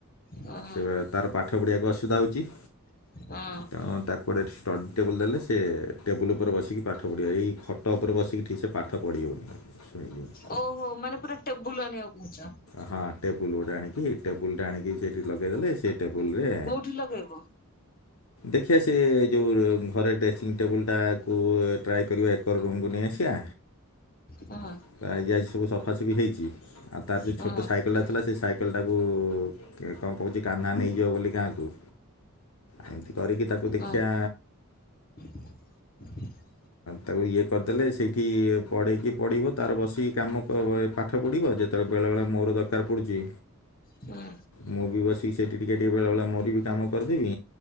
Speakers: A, on the left; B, on the left.
A: ହଁ
B: ସେ ତାର ପାଠ ପଢ଼ିବାକୁ ଅସୁବିଧା ହେଉଚି।
A: ହଁ।
B: ହଁ ତାକୁ ଗୋଟେ ଷ୍ଟଡ଼ି ଟେବୁଲ୍ ଦେଲେ ସେ ଟେବୁଲ୍ ଉପରେ ବସିକି ପାଠ ପଢ଼ିବ ଏଇ ଖଟ ଉପରେ ବସିକି ଠିକ ସେ ପାଠ ପଢ଼ି ହେଉନି। ଆଜ୍ଞା।
A: ଓହୋ ମାନେ ପୁରା ଟେବୁଲ ଆଣିବାକୁ କହୁଚ।
B: ହଁ ଟେବୁଲ ଗୋଟେ ଆଣିକି ଟେବୁଲ ଟା ଆଣିକି ସେଇଠି ଲଗେଇଦେଲେ କେ ଟେବୁଲରେ
A: କୋଉଠି ଲଗେଇବ
B: ଦେଖିବା ସେ ଯେଉଁ ଘରେ ଡ୍ରେସିଂ ଟେବୁଲଟାକୁ ଟ୍ରାଏ କରିବା ଏକର ରୁମ କୁ ନେଇ ଆସିବା।
A: ହଁ।
B: <unintelligible> ସବୁ ସଫାସଫି ହେଇଚି ଆଉ ତାର ଯେଉ
A: ହଁ
B: ଛୋଟ ସାଇକେଲଟାଥିଲା ସେ ସାଇକେ କେଲଟାକୁ କଣ କହୁଚି କାହ୍ନା ନେଇଯିବ ବୋଲି ଗାଁ କୁ। ଏମିତି କରିକି ତାକୁ ଦେଖିଆ
A: ହଁ <unintelligible>
B: ତାକୁ ଇଏ କରିଦେଲେ ସେଇଠି ପଢ଼େଇକି ପଢଡ଼ିବ ତାର ବସିକି କାମ ପାଠ ପଢ଼ିବ। ଯେତ ତାେ ବେଳେ ବେଳେ ମୋର ଦରକାର ପଡୁଚି
A: ହଁ।
B: ମୁଁ ବି ବସିକି ସେଇଠି ଟିକିେ ଟିକେ ବେଳେବେଳେ ମୋ ବି କାମ କରିଦେମି।